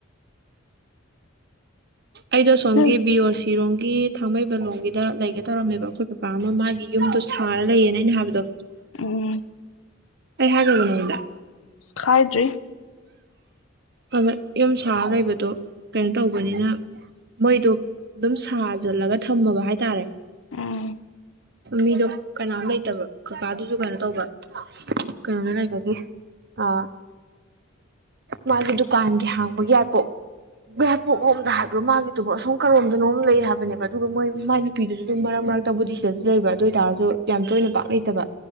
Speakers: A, on the right (about 55°); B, on the left (about 80°).
A: ꯑꯩꯗꯣ ꯁꯣꯝꯒꯤ
B: ꯅꯪ
A: ꯕꯤ ꯑꯣ ꯁꯤꯔꯣꯝꯒꯤ ꯊꯥꯡꯃꯩꯕꯟ ꯂꯣꯝꯒꯤꯗ ꯂꯩꯒꯦ ꯇꯧꯔꯝꯃꯦꯕ ꯑꯩꯈꯣꯏ <unintelligible> ꯄꯥꯥ ꯑꯃ ꯃꯥꯒꯤ ꯌꯨꯝꯗꯣ ꯁꯥꯔ ꯂꯩꯌꯦꯅ ꯑꯩꯅ ꯍꯥꯏꯕꯗꯣ
B: ꯎꯝ
A: ꯑꯩ ꯍꯥꯏꯒ꯭ꯔꯕꯣ ꯅꯪꯉꯣꯟꯗ
B: ꯈꯥꯏꯗ꯭ꯔꯤ
A: ꯍꯣꯏ ꯍꯣꯏ ꯌꯨꯝ ꯁꯥ ꯂꯩꯕꯗꯣ ꯀꯩꯅꯣ ꯇꯧꯕꯅꯤꯅ ꯃꯣꯏꯗꯣ ꯑꯗꯨꯝ ꯁꯥꯖꯜꯂꯒ ꯊꯝꯃꯕ ꯍꯥꯏꯇꯥꯔꯦ
B: ꯎꯝ
A: ꯃꯤꯗꯣ ꯀꯅꯥꯝ ꯂꯩꯇꯕ ꯀꯀꯥꯗꯨꯖꯨ ꯀꯩꯅꯣ ꯇꯧꯕ ꯀꯩꯅꯣꯗ ꯂꯩꯕꯒꯤ ꯑꯥ ꯃꯥꯒꯤ ꯗꯨꯀꯥꯟꯒꯤ ꯍꯥꯡꯕ ꯌꯥꯔꯄꯣ ꯌꯥꯏꯔꯤꯄꯣꯛꯂꯣꯝꯗ ꯍꯥꯏꯕ꯭ꯔꯣ ꯃꯥꯒꯤꯗꯨꯕꯣ ꯑꯁꯣꯝ ꯀꯔꯣꯝꯗꯅꯣꯝ ꯂꯩ ꯍꯥꯏꯕꯅꯦꯕ ꯑꯗꯨꯒ ꯃꯣꯏ ꯃ ꯅꯨꯄꯤꯗꯨꯁꯨ ꯑꯗꯨꯝ ꯃꯔꯛ ꯃꯔꯛꯇ ꯕꯨꯗꯤ ꯁꯤꯗꯁꯨ ꯂꯩꯕ ꯑꯗꯨ ꯑꯣꯏꯇꯥꯔꯁꯨ ꯌꯥꯝ ꯇꯣꯏꯅ ꯄꯥꯛ ꯂꯩꯇꯕ